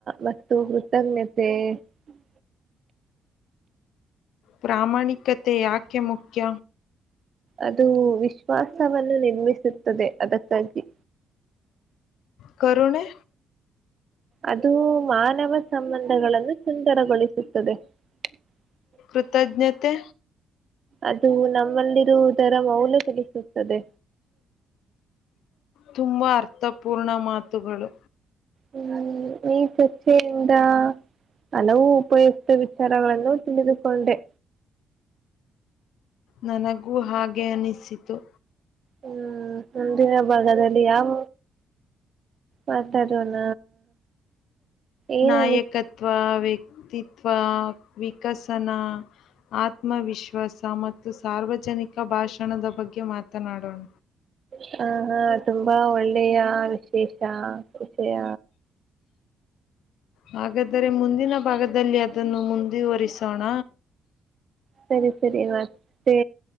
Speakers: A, on the right; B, on the left.
A: ಮತ್ತು ಕೃತಜ್ಞತೆ ಹ್ಞೂ
B: ಪ್ರಾಮಾಣಿಕತೆ ಯಾಕೆ ಮುಖ್ಯ
A: ಅದು ವಿಶ್ವಾಸವನ್ನು ನಿರ್ಮಿಸುತ್ತದೆ ಅದಕ್ಕಾಗಿ
B: ಕುಣೆ
A: ಅದು ಮಾನವ ಸಂಬಂಧಗಳನ್ನು ಸುಂದರಗೊಳಿಸುತ್ತದೆ ಹ
B: ಕೃತಜ್ಞತೆ
A: ಅದು ನಮ್ಮಲ್ಲಿರುವುದರ ಮೌಲ್ ತಿಲಿಸುತ್ತದೆ
B: ತುಂಬಾ ಅರ್ಥಪೂರ್ಣ ಮಾತುಗಳು
A: ಹ್ಮ್ ಈ <unintelligible> ಯಿಂದ ಹಲವು ಉಪಯುಕ್ತ ವಿಚಾರಗಳನ್ನು ತಿಳಿದುಕೊಂಡೆ
B: ನನಗೂ ಹಾಗೆ ಅನಿಸಿತು
A: ಹ್ಮ್ ಮುಂದಿನ ಭಾಗದಲ್ಲಿ ಯಾವ ಮಾತಾಡೋಣ ಏನಂದ
B: ನಾಯಕತ್ವ ವ್ಯಕ್ತಿತ್ವ ವಿಕಸನ ಆತ್ಮವಿಶ್ವಾಸ ಮತ್ತು ಸಾರ್ವಜನಿಕ ಭಾಷಣದ ಬಗ್ಗೆ ಮಾತನಾಡೋಣ
A: ಹ ಹಾ ತುಂಬಾ ಒಳ್ಳೆಯ ವಿಶೇಷ ವಿಷಯ
B: ಹಾಗಾದರೆ ಮುಂದಿನ ಭಾಗದಲ್ಲಿ ಅದನ್ನು ಮುಂದುವರಿಸೋಣ
A: ಸರಿ ಸರಿ ಮತ್ತೆ